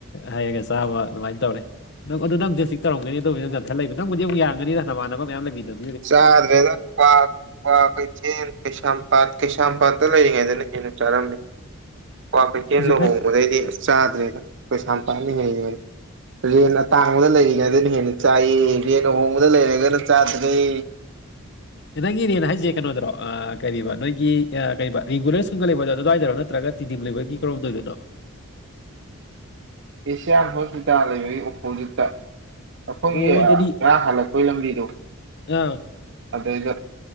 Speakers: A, on the left; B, on the right.
A: ꯍꯩꯔꯒ ꯆꯥꯕ ꯑꯗꯨꯃꯥꯏꯅ ꯇꯧꯔꯦ ꯅꯪ ꯑꯗꯨ ꯅꯪꯁꯨꯖꯤꯛꯧꯔꯝꯒꯅꯤ ꯑꯗꯨꯕꯨ ꯅꯪ ꯆꯟꯊꯠꯛꯕ ꯅꯪꯕꯨꯗꯤ ꯑꯃꯨꯛꯡꯒꯅꯤꯅ ꯅꯃꯥꯟꯅꯕ ꯃꯌꯥꯝ ꯂꯩꯕꯤꯗꯅ
B: ꯆꯥ ꯐꯦꯗ ꯀ꯭ꯥꯛ ꯀ꯭ꯋꯥꯛ ꯀꯩꯊꯦꯜ ꯀꯩꯁꯥꯝꯄꯥꯠ ꯀꯩꯁꯥꯝꯄꯥꯠꯇ ꯂꯩꯔꯤꯉꯩꯗꯅ ꯍꯦꯟꯅ ꯆꯥꯔꯝꯃꯦ ꯀ꯭ ꯀꯩꯊꯦꯜ
A: ꯍꯧꯖꯤꯛ
B: ꯂꯨ
A: ꯈꯔ
B: ꯍꯣꯡꯕꯗꯩꯗꯤ ꯑꯁ ꯆꯥꯗ꯭ꯔꯦꯗ ꯄꯩꯁꯥꯝ ꯄꯥꯅꯤꯡꯉꯅꯤꯡꯉꯗ ꯔꯦꯟ ꯑꯇꯥꯡꯕꯗ ꯂꯩꯔꯤꯉꯩꯗꯅ ꯍꯦꯟꯅ ꯆꯥꯏꯌꯦ ꯔꯦꯟ ꯑꯍꯣꯡꯕꯗ ꯂꯩꯔꯒꯅ ꯆꯥꯗꯩ
A: ꯅꯪꯒꯤꯅꯦꯦꯅ ꯍꯥꯏꯁꯦ ꯀꯩꯅꯣꯗꯔꯣ ꯀꯔꯤꯕ ꯅꯣꯏꯒꯤ ꯀ ꯔꯤꯒꯨꯂꯔ ꯁ꯭ꯀꯒ ꯂꯩꯕꯗꯣ ꯑꯗꯨꯋꯥꯏꯗꯔꯣ ꯅꯠꯇ꯭ꯔꯒ ꯇꯤꯗꯤꯝ ꯂꯩꯕꯔ ꯀꯔꯝꯗꯣꯏꯅꯣ
B: ꯑꯦꯁꯤꯌꯥꯟ ꯍꯣꯁꯄꯤꯇꯥꯜ ꯂꯩꯕꯒꯤ ꯑꯣꯄꯣꯖꯤꯠꯇ ꯑꯩꯈꯣꯏꯒꯤ
A: ꯑꯣ ꯑꯗꯨꯗꯤ
B: ꯈꯔ ꯍꯜꯂꯛꯄ ꯀꯣꯏꯂꯝꯝꯕꯤꯗꯣ
A: ꯑꯥ
B: ꯑꯗꯩꯗ